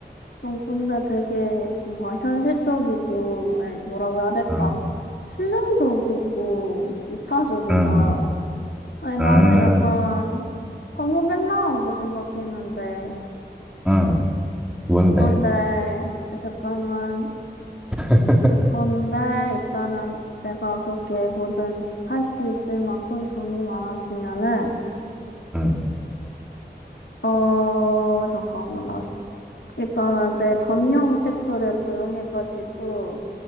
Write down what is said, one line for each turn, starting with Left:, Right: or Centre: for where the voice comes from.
Left: 좀 근데 되게 뭔가 현실적이고, 아니, 뭐라고 해야 될까?
Centre: 음,
Left: 실용적이고 이타적이다.
Centre: 음,
Left: 아니,
Centre: 음,
Left: 나는 약간 허무맹랑한 거 생각했는데,
Centre: 음. 뭔데?
Left: 예쁜데, 잠깐만.
Centre: <laughs>
Left: 예컨대 일단은 내가 그렇게 뭐든 할 수 있을 만큼 돈이 많아지면은
Centre: 음.
Left: 어 잠깐만 나 일단은 내 전용 셰프를 고용해가지고